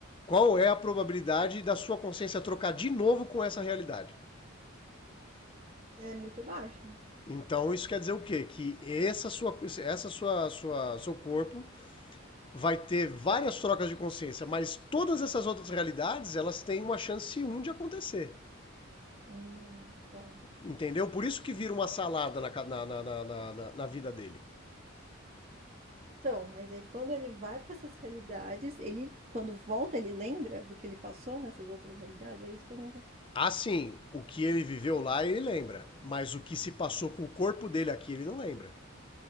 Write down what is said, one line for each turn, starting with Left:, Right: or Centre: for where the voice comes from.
Left: qual é a probabilidade da sua consciência trocar de novo com essa realidade?
Right: É muito baixo.
Left: Então isso quer dizer o quê? Que essa sua, essa sua, sua, seu corpo vai ter várias trocas de consciência, mas todas essas outras realidades elas têm uma chance um de acontecer,
Right: Hum, tá.
Left: entendeu? Por isso que vira uma salada na, na, na, na, na na vida dele.
Right: Então, mas aí quando ele vai para essas realidades, ele, quando volta, ele lembra do que ele passou nessas outras realidades? É isso que eu não vou.
Left: Assim, o que ele viveu lá ele lembra, mas o que se passou com o corpo dele aqui ele não lembra.